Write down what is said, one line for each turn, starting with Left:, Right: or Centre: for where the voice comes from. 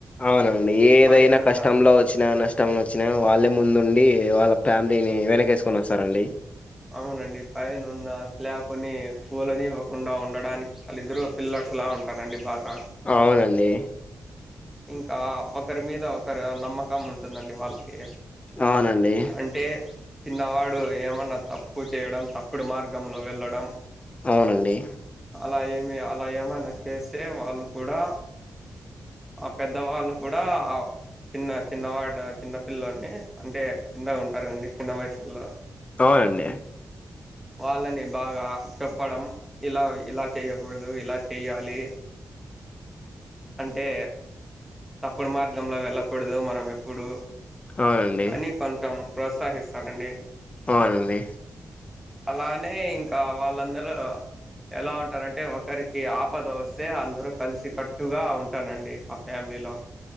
Left: అవునండి ఏదైనా
Centre: పైనున్న
Left: కష్టంలో వచ్చినా నష్ట ష్టంలో వచ్చిన వాళ్ళే ముందుండి వాళ్ళ ఫ్యామిలీని వెనకేసుకొని వస్తారండి
Centre: అవునండి పైన ఉన్న స్లాబ్ని కూల్నివకుండా ఉండడానికి వాళ్ళిద్దరు పిల్లర్స్లా ఉంటారండి బాగా
Left: అవునండి
Centre: ఇంకా ఒకరి మీద ఒకరు నమ్మకం ఉం ఉంటుందండి వాళ్ళకి
Left: అవునండి
Centre: అంటే చిన్నవాడు ఏమన్నా తప్పు చేయడం తప్పుడు మార్గంలో వెళ్ళడం
Left: అవునండి
Centre: అలా ఏమి అలా ఏమైనా చేస్తే వాళ్ళు కూడా ఆ పెద్దవాళ్ళు కూడా ఆ చిన్న చిన్నవాడు చిన్న పిల్లని అంటే చిన్నగా ఉంటారుండి చిన్న వయసులో
Left: అవునండి
Centre: వాళ్ళని బాగా చెప్పడం ఇలా ఇలా చెయకూడదు ఇలా చెయ్యాలి అంటే తప్పుడు మార్గంలో వెళ్ళకూడదు మనం ఎప్పుడు
Left: అవునండి
Centre: అని కొంచంచెం ప్రోత్సహిస్తారండి
Left: అవునండి
Centre: అలానే ఇంకా వాళ్ళందరూ ఎలా ఉంటారంటే ఒకరికి ఆపద వస్తే అందరుూ కలిసి కట్టుగా ఉంటారంండి ఆ ఫ్యామిలీలో